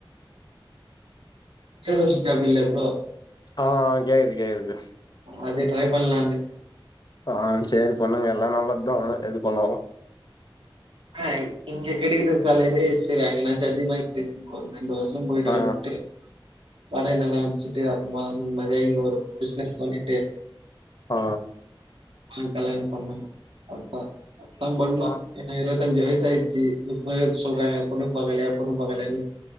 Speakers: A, on the right (about 75°); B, on the left (about 50°).
A: ஏர் ஹோஸ்ட் ஜாப் இல்ல ப்ரோ
B: ஆ ஆ கேக்குது கேக்குது
A: அது ட்ரை பண்ணலாம்னு
B: ஆ செரி பண்ணுங்க எல்லா நல்ல தா எது பண்ணாலு
A: ஆ இங்க கெடக்கிற செலரி செரி அங்கனாச்சி அதிகமா கிடை இப்ப ஒரு ரெண்டு வர்ஷ போய்ட்டு
B: ஆ
A: வந்துட்டு <unintelligible> வச்சிடு அப்புறமா நிம்மதியா இங்க ஒரு பிசினஸ் பண்ணிட்டு
B: ஆ
A: ஆ கல்யாண பண்னு அதா அத்தா பண்ணு
B: ஆ
A: எனக்கு இருவத்தஞ்சி வய்சு ஆயடுச்சு இப்பவே சொல்றாங்க பொண்ணு பாக்கலையா பொண்ணு பாக்கலையாண்டு